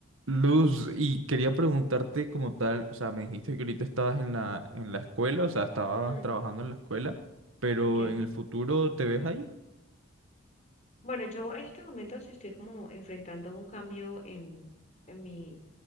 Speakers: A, on the right; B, on the left.
A: Luz, y quería preguntarte como tal, o sea, me dijiste que ahorita estabas en la, en la escuela, o sea, estabas
B: Mm,
A: trabajando en la escuela, pero
B: Okay.
A: en el futuro, ¿te ves ahí?
B: Bueno, yo en este momento sí estoy como enfrentando un cambio en, en mi